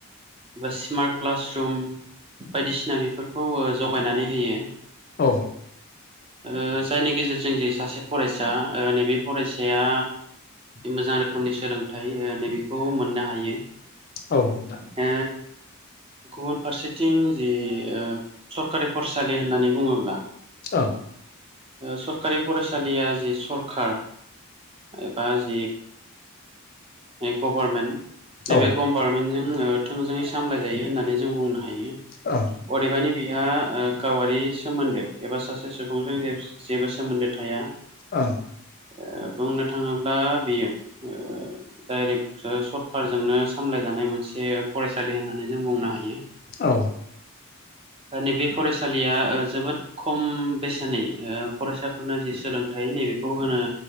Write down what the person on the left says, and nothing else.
औ।
औ नोंथां।
औ।
औ
ओं
औ।
ओ।
औ।